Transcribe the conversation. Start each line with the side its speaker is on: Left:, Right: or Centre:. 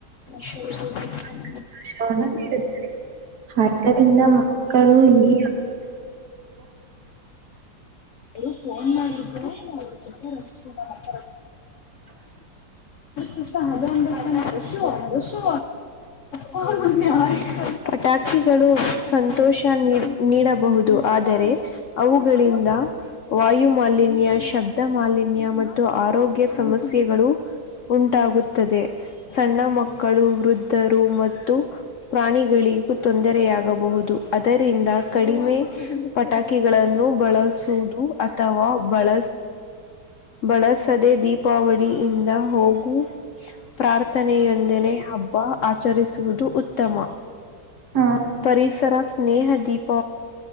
Left: ಶುರ್ ಸ <unintelligible>
Right: ಹ <unintelligible> ಆದ್ದರಿಂದ ಮಕ್ಕಳು ಈ <inaudible>
Left: ಅವರು ಫೋನ್ ಮಾಡಿದ್ರು ಅವ ಹತ ಹಶು ಹಶು <unintelligible> ಪಟಾಕಿಗಳು ಸಂತೋಷ ನೀಡಬಹುದು ಆದರೆ ಅವುಗಳಿಂದ ವಾಯು ಮಾಲಿನ್ಯ ಶಬ್ದ ಮಾಲಿನ್ಯ ಮತ್ತು ಆರೋಗ್ಯ ಸಮಸ್ಯೆಗಳು ಉಂಟಾಗುತ್ತದೆ ಸಣ್ಣ ಮಕ್ಕಳು ವೃದ್ಧರು ಮತ್ತು ಪ್ರಾಣಿಗಳಿಗೂ ತೊಂದರೆಯಾಗಬಹುದು ಅದರಿಂದ ಕಡಿಮೆ ಪಟಾಕಿಗಳನ್ನು ಬಳಸುವುದು ಅಥವಾ ಬಳ ಬಳಸದೆ ದೀಪಾವಳಿಯಿಂದ ಹೋಗು ಪ್ರಾರ್ಥನೆಯೊಂದನೆ ಹಬ್ಬ ಆಚರಿಸುವುದು ಉತ್ತಮ
Right: ಆ,
Left: ಪರಿಸರ ಸ್ನೇಹ ದೀಪ